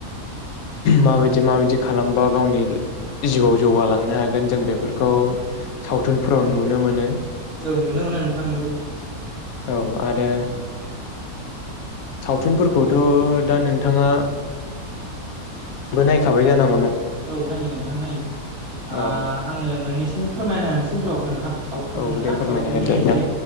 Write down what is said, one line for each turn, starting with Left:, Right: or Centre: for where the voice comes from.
Left: माबायदि माबायदि खालामबा गावनि जिउआव जौगालांनो हा गोन जों बेफोरखौ। सावथुनफ्राव नुनो मोनो।
Right: औ नुनो मोनो आं नोंथां नोंगौ।
Left: औ आरो सावथुनफोरखौथ दा नोंथाङा। नायखाबाय जानां
Right: औ नायो नोंथां नायो आ
Left: औ
Right: आङो मोननैसो। फोरमायना होनोसै र नोंथां। सावथुन
Left: औ
Right: ना
Left: दे फोरमायना
Right: सावथुननि
Left: होदो नोंथां
Right: एसे